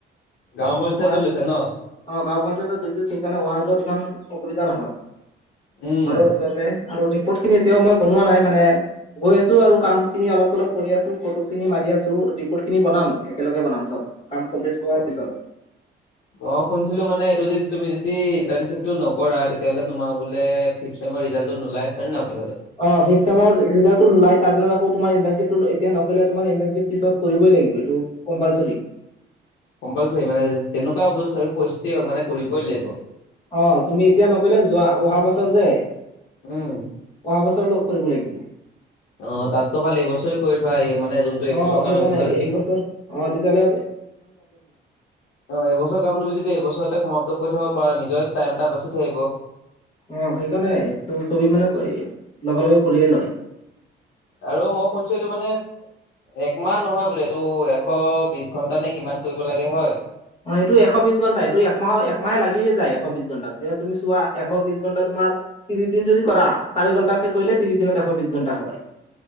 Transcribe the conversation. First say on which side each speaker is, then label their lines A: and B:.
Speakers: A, on the left (about 85°); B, on the left (about 30°).
A: গাঁও পঞ্চায়তত
B: অহা যোৱা
A: লৈছা ন
B: আহ গাঁও পঞ্চায়তত হৈছো সেইকাৰণে অহা যোৱাত ইমান অসুবিধা নহয়।
A: উম
B: ঘৰৰ ওচৰতে আৰু ৰিপৰ্টখিনি এতিয়াও মই বনোৱা নাই মানে। গৈ আছো আৰু কাম খিনি অলপ অলপ কৰি আছো ফটোখিনি মাৰি আছো ৰিপৰ্টখিনি বনাম একেলগে বনাম চব। কাম কমপ্লিট হোৱাৰ
A: অ',
B: পিছত।
A: মই শুনিছিলো মানে এইটো যে তুমি যদি ইণ্টাৰ্শ্বিপটো নকৰা তেতিয়াহ'লে তোমাৰ বোলে ফিফ চছেমৰ ৰিজাল্টো নোলায় হয় নে নহয়। কথাটো?
B: অ', ফিফ চেমৰ ৰিজাল্টো নোলায় তাৰ পিছত আকৌ তোমাৰ ইটাৰশ্বিপ এতিয়া নকৰিলে তোমাৰ ইণ্টাৰিপ পিত কৰিবই লাগিব এইটো কম্পালচৰি।
A: কম্পালচৰি মানে তেনেকুৱা নহওঁক পৰিস্থিতি মানে কৰিবই লাগিব।
B: অ', তুমি এতিয়া নকৰিলে যোৱা অহা বছৰ যে
A: উম,
B: অহা বছৰ লৈ কৰিব লাগিব।
A: অ', তাতকৈ ভাল এইবছৰে কৰি থোৱা এই মানে যোনটো এইবছৰ
B: অ সেইকাৰণে
A: কাম এইবছৰ যদি
B: অ', তেতিয়া হ'লে
A: অ', এইবছৰ কামটো যয়া এইবছৰতে সমাপ্ত কৰি থ'ব পাৰা নিজৰ টাইম এটা বাচি থাকিব।
B: অ', সেইকাৰণে এইটো ছবি মানে লগে লগে কৰিয়ে লয়।
A: আৰু মই শুনছো এইটো মানে একমাহ নহয় বোলে এইটো এশ বিশ ঘন্টা নে কিমান কৰিব লাগে হয়?
B: অ', সেইটো এশ বিশ ঘণ্টা এইটো একমাহৰ একমাহে লাগিয়ে যায়। এশ বিশ ঘণ্টাত এতি তুমি চোৱা এশ বিশ ঘণ্টাম তোমাৰ তিন দিন যদি কৰা চাৰি ঘন্টাকে কৰিলে তিন দিনত এশ বিশ ঘণ্টা হয়।